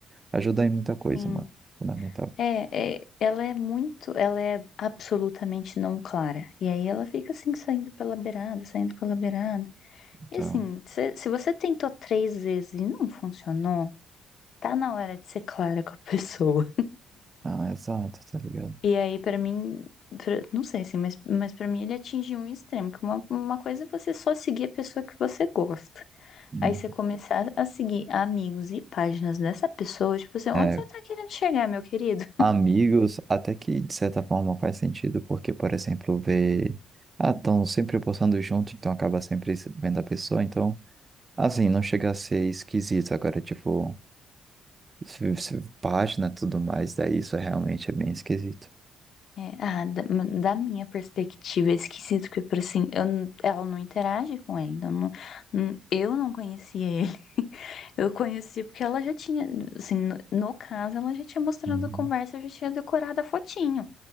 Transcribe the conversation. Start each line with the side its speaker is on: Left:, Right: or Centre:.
Right: ajudar em muita coisa,
Left: sim.
Right: mano. Fundamental.
Left: É, é, ela é muito, ela é absolutamente não clara. E aí ela fica assim, saindo pela beirada, saindo pela beirada.
Right: Então.
Left: E assim, se, se você tentou três vezes e não funcionou, tá na hora de ser clara com a pessoa.
Right: Ah, exato, tá ligado?
Left: E aí, pra mim, pra- não sei assim, mas, mas para mim ele atingiu um extremo, que uma, uma coisa é você só seguir a pessoa que você gosta.
Right: Hum.
Left: Aí você começar a seguir amigos e páginas dessa pessoa, tipo assim, onde
Right: É,
Left: você tá querendo chegar, meu querido?
Right: amigos, até que de certa forma faz sentido, porque, por exemplo, ver. Ah, estão sempre postando junto, então acaba sempre se- vendo a pessoa, então, assim, não chega a ser esquisito. Agora, tipo, se- se- página e tudo mais, daí isso é realmente é bem esquisito.
Left: É, ah, da, da minha perspectiva, é esquisito que, por assim, eu, n- ela não interage com ele, eu não, n- eu não conhecia ele. <laughs> Eu conheci porque ela já tinha, assim, no, no caso, ela já tinha mostrado
Right: Uhum.
Left: a conversa, eu já tinha decorado a fotinho.